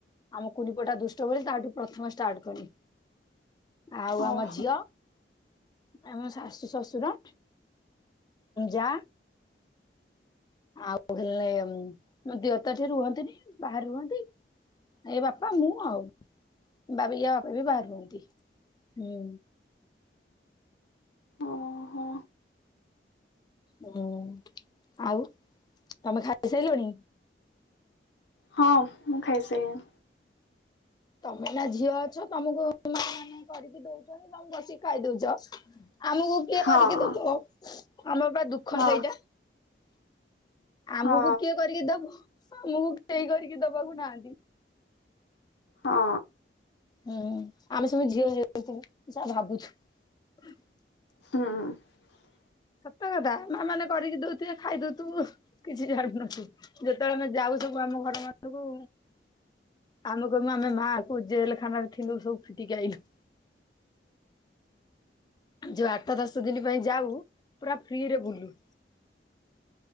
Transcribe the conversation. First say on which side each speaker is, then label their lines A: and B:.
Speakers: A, on the left; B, on the left.
A: ଆମ କୁନି ପୁଅ ଟା ଦୁଷ୍ଟ ବୋଲି ତାଠୁ ପ୍ରଥମେ ଷ୍ଟାର୍ଟ କଲି। ଆଉ
B: ଓହୋ
A: ଆମ ଝିଅ। ଆଉ ମୋ ଶାଶୁ, ଶଶୁର, ଯା। ଆଉ ହେଲେ ମୋ ଦିଅର ତ ଏଠି ରୁହନ୍ତିନି ବାହାରେ ରୁହନ୍ତି। ଏଇ ବାପା ମୁଁ ଆଉ। ବାୟା ବାପା ବି ବାହାର ରୁହନ୍ତି ହୁଁ।
B: ଓହୋ
A: ହୁଁ ଆଉ ତମେ ଖାଇସାଇଲଣି?
B: ହଁ ମୁଁ ଖାଇସାରିଲିଣି।
A: ତମେ ଏଇନା ଝିଅ ଅଛ ତମକୁ ମା ମାନେ କରିକି ଦଉଛନ୍ତି ତମେ ବସିକି ଖାଇ ଦଉଛ। ଆମକୁ କିଏ
B: ହଁ
A: କରିକି ଦବ ଆମର ପା ଦୁଃଖ
B: ହଁ
A: ସେଇଟା। ଆମକୁ
B: ହଁ
A: କିଏ କରିକି ଦବ ଆମକୁ କେହି କରିକି ଦବାକୁ ନାହାନ୍ତି।
B: ହଁ।
A: ହୁଁ ଆମେ ସବୁ ଝିଅ ହୋଇଯାଇଥିନୁ ଯାହା ଭାବୁଚି।
B: ହଁ।
A: ସତ କଥା ମା ମାନେ କରିକି ଦଉଥିବେ ଖାଇ ଦଉଥିବୁ କିଛି ଜାଣୁନଥିବୁ ଯେତେବେଳେ ଆମେ ଯାଉ- ସବୁ ଆମ ଘର ମାନଙ୍କୁ ଆମେ କହିବୁ ଆମେ ମାଆ କୋଉ ଜେଲ ଖାନାରେ ଥିଲୁ ସବୁ ଫିଟିକି ଆଇଲୁ। ଯୋଉ ଆଠ ଦଶ ଦିନ ପାଇଁ ଯାଉ ପୁରା ଫ୍ରିରେ ବୁଲୁ।